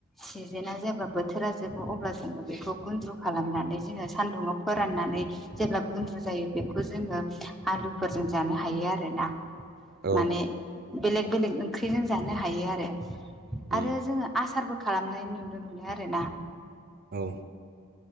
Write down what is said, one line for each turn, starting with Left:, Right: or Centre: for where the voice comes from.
Centre: सिजोनाव जेब्ला बोथोरा जोबो अब्ला जों बेखौ गुन्द्रु खालामनानै जोङो सानदुङाव फोराननानै जेब्ला गुन्द्रु जायो बेखौ जोङो आलुफोरजों जानो हायो आरो आरोना
Right: औ
Centre: माने बेलेग बेलेग ओंख्रिजों जानो हायो आरो
Right: उम
Centre: आरो जोङो आसारबो खालामनाय नुनो मोनो आरोना
Right: औ